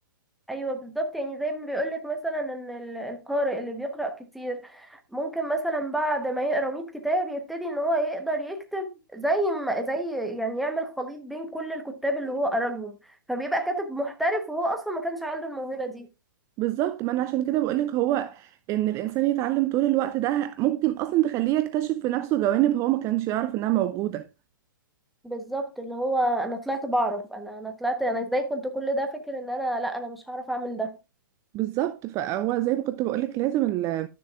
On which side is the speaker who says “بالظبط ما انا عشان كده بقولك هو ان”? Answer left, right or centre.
Right